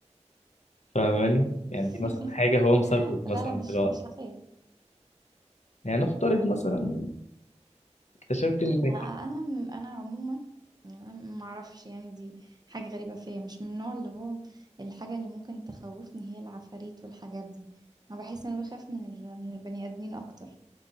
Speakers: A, on the left; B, on the right.
A: فاهماني يعني
B: <laughs>
A: دي مثلا حاجة هو مسابقة مثلا
B: لا لا مش
A: في الوقت
B: مش هخاف
A: يعني نفترض مثلا اكتشفت انك
B: هو انا انا عموما يعني انا ما اعرفش يعني دي حاجه غريبه فيا مش من النوع اللي هو الحاجه اللي ممكن تخوفني هي العفاريت والحاجات دي انا بحس ان انا بخاف من ال- من البني ادمين اكتر